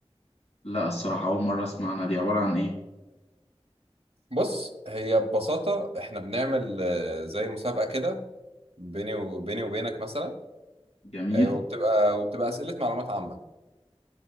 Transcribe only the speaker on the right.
بص هي ببساطه احنا بنعمل آه، زي مسابقه كده بيني وبيني وبينك مثلا
آه، وبتبقى وبتبقى اسئله معلومات عامه